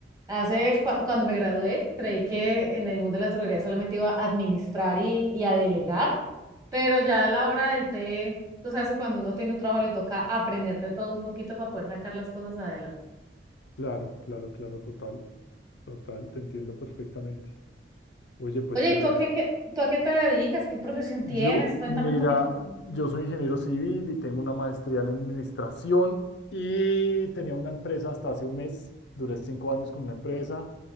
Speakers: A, on the right; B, on the left.
A: hace cua- cuando me gradué, creí que en el mundo de la droguería solamente iba a administrar y, y a delegar, pero ya a la hora del té, tú sabes que cuando uno tiene un trabajo le toca aprender de todo un poquito para poder sacar las cosas adelante.
B: Claro, claro, claro, total. Total, te entiendo perfectamente. Oye, pues
A: Oye,
B: chévere.
A: ¿y tú a qué, qué- tú a qué te dedicas? ¿Qué profesión
B: Yo,
A: tienes? Cuéntame
B: mira,
A: un poquito.
B: yo soy ingeniero civil y tengo una maestría en administración y tenía una empresa hasta hace un mes, duré cinco años con una empresa,